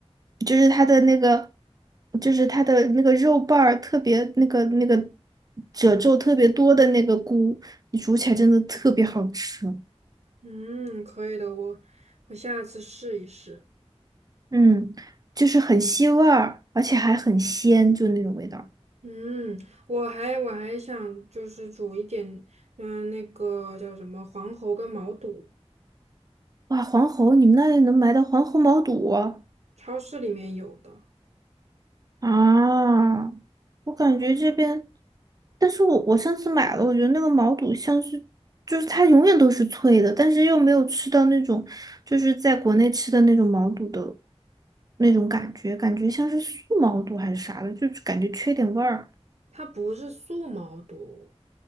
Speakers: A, on the right (about 35°); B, on the right (about 80°).
A: 就是它的那个，就是它的那个肉瓣儿特别那个那个褶皱特别多的那个菇，你煮起来真的特别好吃，
B: 嗯，可以的，我我下次试一试。
A: 嗯，就是很吸味儿，而且还很鲜，就那种味道。
B: 嗯，我还我还想就是煮一点，嗯，那个叫什么黄喉跟毛肚，
A: 哇，黄喉，你们那里能买到黄喉毛肚啊？
B: 超市里面有的。
A: 啊，我感觉这边，但是我我上次买了，我觉得那个毛肚像是，就是它永远都是脆的，但是又没有吃到那种，就是在国内吃的那种毛肚的那种感觉，感觉像是素毛肚还是啥的，就是感觉缺点味儿
B: 它不是素毛肚，